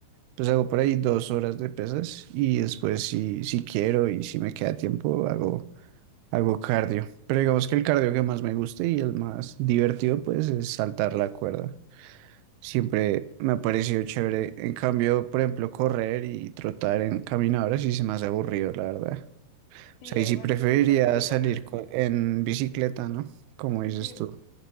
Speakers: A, on the right; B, on the left.
A: pues hago por ahí dos horas de pesas y después si, si quiero y si me queda tiempo hago, hago cardio. Pero digamos que el cardio que más me gusta y el más divertido pues es saltar la cuerda. Siempre me ha parecido chévere. En cambio, por ejemplo, correr y trotar en caminadoras sí se me hace aburrido, la verdad. O
B: Sí,
A: sea,
B: además
A: y si preferiría
B: no tiene sentido.
A: salir co-
B: <laughs>
A: en bicicleta, ¿no? Como dices
B: Sí,
A: tú.
B: bu-